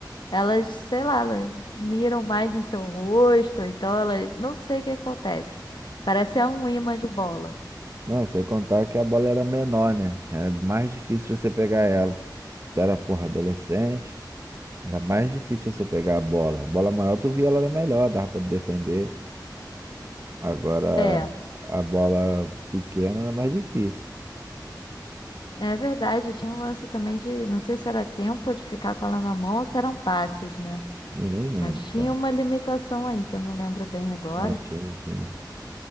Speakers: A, on the left; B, on the right.
A: elas, sei lá, elas miram mais no seu rosto, ou então elas. Não sei o que acontece. Parece é um imã de bola.
B: Não, sem contar que a bola era menor, né? Era mais difícil você pegar ela. Tu era, porra, adolescente, era mais difícil você pegar a bola. A bola maior tu via ela era melhor, dava pra tu defender. Agora,
A: É,
B: a bola pequena era mais difícil.
A: é verdade. Tinha um lance também de. Não sei se era tempo de ficar com ela na mão ou se eram passes, né?
B: E nem lembro,
A: Mas tinha
B: então.
A: uma limitação aí, que eu não lembro bem agora.
B: Não, tinha, tinha.